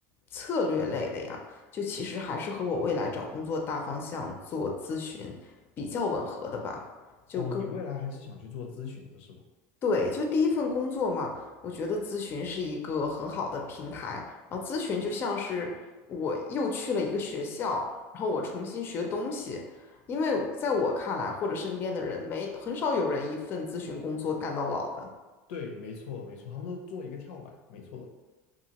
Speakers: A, on the left; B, on the left.
A: 策略类的呀，就其实还是和我未来找工作大方向做咨询比较吻合的吧，就更。
B: 哦，你未来还是想去做咨询的是吧？
A: 对，就第一份工作嘛，我觉得咨询是一个很好的平台。然后咨询就像是我又去了一个学校，然后我重新学东西。因为在我看来，或者身边的人，没很少有人一份咨询工作干到老的。
B: 对，没错没错，他们都做一个跳板，没错的。